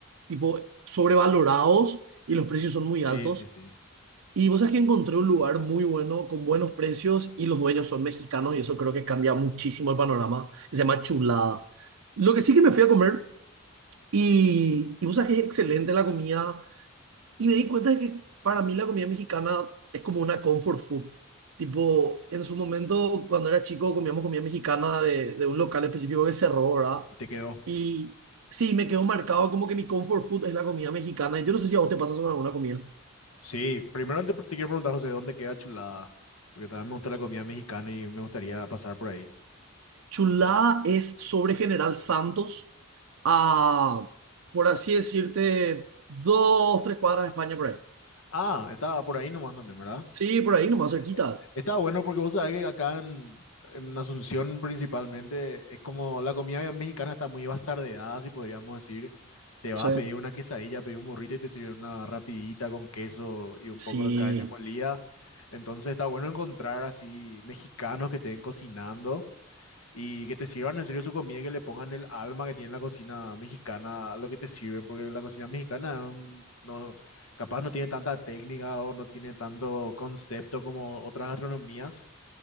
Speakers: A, on the right; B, on the left.
A: tipo, sobrevalorados y los precios son muy
B: Sí,
A: altos.
B: sí, sí.
A: Y vos sabés que encontré un lugar muy bueno, con buenos precios, y los dueños son mexicanos, y eso creo que cambia muchísimo el panorama. Se llama Chulada. Lo que sí que me fui a comer, y, y vos sabés que es excelente la comida, y me di cuenta de que para mí la comida mexicana es como una comfort food. Tipo, en su momento, cuando era chico, comíamos comida mexicana de, de un local específico que cerró, ¿verdad?
B: Y te quedó.
A: Y sí, me quedó marcado como que mi comfort food es la comida mexicana, y yo no sé si a vos te pasa eso con alguna comida.
B: Sí, primero te, te quiero preguntar, José, ¿dónde queda Chulada? Porque también me gusta la comida mexicana y me gustaría pasar por ahí.
A: Chulá es sobre General Santos, a, por así decirte, dos, tres cuadras de España por ahí.
B: Ah, estaba por ahí nomás también, ¿verdad?
A: Sí, por ahí, nomás cerquitas.
B: Eh, Está bueno porque vos sabés que acá en, en Asunción principalmente es como la comida mexicana está muy bastardeada, si podríamos decir. Te vas
A: Sí.
B: a pedir una quesadilla, pedir un burrito y te sirven una rapidita con queso y un
A: Sí,
B: poco de carne molida. Entonces está bueno encontrar así mexicanos que estén cocinando Y que te sirvan en serio su comida, que le pongan el alma que tiene la cocina mexicana a lo que te sirven, porque la cocina mexicana mm, no, capaz no tiene tanta técnica o no tiene tanto concepto como otras gastronomías,